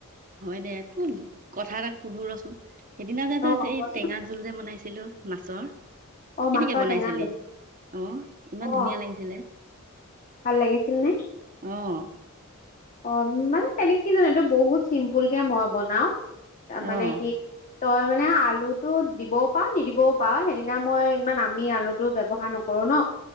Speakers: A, on the right; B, on the left.
A: হয় দে তোৰ কথা এটা সুধো ৰচোন? সেইদিনা যে
B: অ
A: তই এই
B: কচোন
A: টেঙা জোল যে বনাইছিলো মাছৰ
B: অ
A: কেনেকে
B: মাছৰ
A: বনাইছিলি
B: টেঙা জোল
A: অ' ইমান
B: অ
A: ধুনীয়া লাগিছিলে
B: ভাল লাগিছিল নে
A: অ'
B: অ' মানে তেনেক কি জানো এইটো বহুত চিম্পুল কে মই বনাও। ত মানে
A: অ
B: কি তই মানে আলুটো দিবও পাৰ নিদিবও পাৰ সেইদিনা মই ইমান আমি আলুটো ব্যৱহাৰ নকৰো ন।